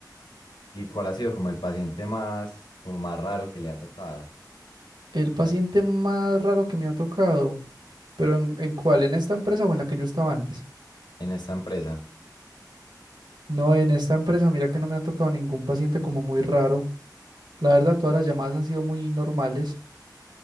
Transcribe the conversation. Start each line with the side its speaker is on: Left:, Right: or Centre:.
Left: ¿Y cuál ha sido como el paciente más, como más raro que le ha tocado
Right: El paciente más raro que me ha tocado, pero ¿en, en cuál? ¿En esta empresa o en la que yo estaba antes?
Left: en esta empresa?
Right: No, en esta empresa, mira que no me ha tocado ningún paciente como muy raro. La verdad, todas las llamadas han sido muy normales.